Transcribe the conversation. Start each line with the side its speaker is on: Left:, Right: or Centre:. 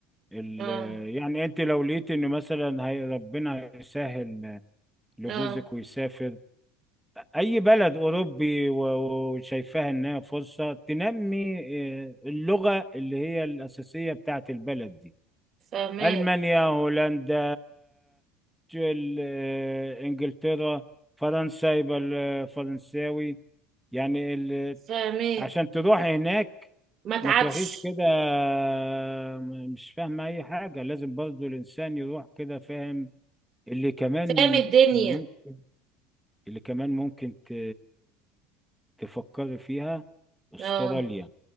Centre: ال
Right: اه
Centre: يعني انت لو لقيت ان مثلا هي ربنا يسهل لجوزك
Right: اه
Centre: ويسافر اي بلد اوروبي و- وشايفاها انها فرصة تنمي اه، اللغة اللي هي الاساسية بتاعت البلد دي
Right: فاهمة
Centre: ألمانيا هولندا تل- آه، إنجلترا فرنسا يبقى الفرنساوي يعني ال...
Right: فاهمة
Centre: عشان تروح هناك
Right: ما
Centre: ما
Right: تعبش
Centre: تروحيش كده آه، م- مش فاهمة أي حاجة لازم برضو الإنسان يروح كده فاهم اللي كمان
Right: فاهم الدنيا
Centre: اللي ممكن اللي كمان ممكن ت... تفكري فيها أستراليا
Right: اه